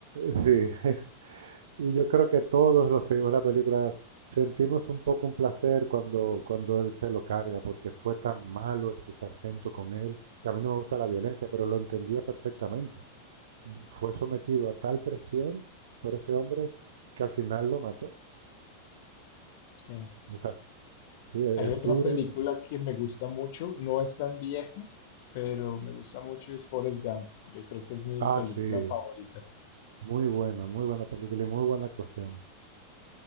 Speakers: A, on the right (about 60°); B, on the left (about 50°).
A: sí, <laughs> y yo creo que todos los que vimos la película sentimos un poco un placer cuando, cuando él se lo carga, porque fue tan malo ese sargento con él, que a mí no me gusta la violencia, pero lo entendía perfectamente. fue sometido a tal presión por ese hombre que al final lo mató.
B: Sí.
A: Quizás, sí, es
B: Hay otra
A: duro.
B: película que me gusta mucho, no es tan vieja, pero me gusta mucho, es Forrest Gump. Yo creo que es mi
A: Ah,
B: película
A: sí,
B: favorita.
A: muy buena, muy buena película y muy buena actuación.